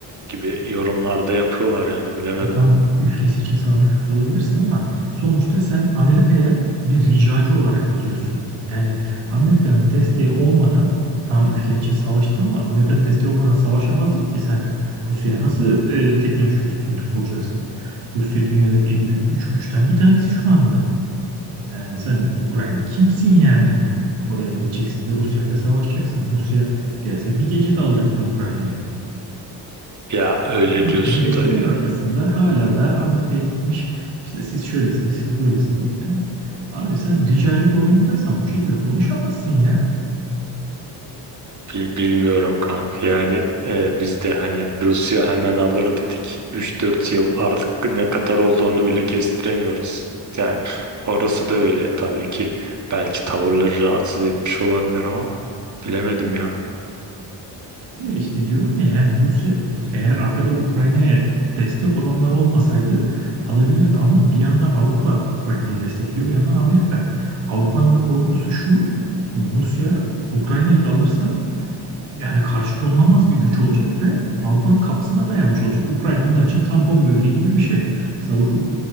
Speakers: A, on the right; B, on the right.
A: gibi yorumlarda yapıyorlar yani bilemedim.
B: Ya tamam ülkesi için savaşmış olabilirsin ama sonuçta sen Amerika'ya bir ricacı olarak gidiyorsun. Yani Amerika'nın desteği olmadan tamam ülken için savaştın ama Amerika'nın desteği olmadan savaşamazdın ki sen Rusya'ya nasıl e, teknolojik üstünlük kuracaksın? Rusya dünyadaki en büyük üç güçten bir tanesi şu anda. Yani sen Ukrayna kimsin yani? Oraya gideceksin de Rusya ile savaşacaksın. Rusya gelse bir gece de alır bütün Ukrayna'yı.
A: Ya öyle
B: Amerika'nın
A: diyorsun
B: desteği
A: da
B: var arkasında. Hala da Amerika'ya gitmiş. İşte siz şöylesiniz, siz böylesiniz. Hani abi sen ricacı konumundaysan bu şekilde konuşamazsın ya.
A: Bil- Bilmiyorum kanka yani e, biz de hani Rusya hemen alır dedik 3-4 yıl artık ne kadar olduğunu bile kestiremiyoruz. Yani orası da öyle tabii ki belki tavırları rahatsız etmiş olabilir ama bilemedim ya.
B: Ve işte diyorum ya yani Rusya eğer arkada Ukrayna'ya destek olanlar olmasaydı alabilirdi. Ama bir yandan Avrupa Ukrayna'yı destekliyor, bir yandan Amerika. Avrupa'nın da korkusu şu. Şimdi Rusya Ukrayna'yı da alırsa yani karşı konulamaz bir güç olacak ve Avrupa'nın kapısına dayanmış olacak. Ukrayna onlar için tampon bölge gibi bir şey. Savaşı